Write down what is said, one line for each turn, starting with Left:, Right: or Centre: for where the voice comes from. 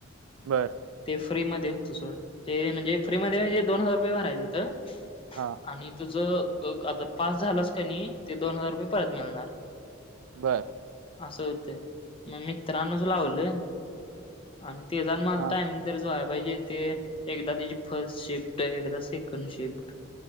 Right: बरं!
Left: ते फ्री मध्ये होतं सोड, ते म्हणजे फ्री मध्ये म्हणजे दोन हजार रुपये भरायचं होत.
Right: हा!
Left: आणि तुझं, आता पास झालास का नाय, ते दोन हजार रुपये परत मिळणार.
Right: बरं!
Left: असं होतं! मग, मित्रांनच लावलं आणि ते जा आणि माझा
Right: हा
Left: टायमिंग तर जुळायं पाहिजे. ते एकदा त्याची फर्स्ट शिफ्ट, तर एकदा सेकंड शिफ्ट.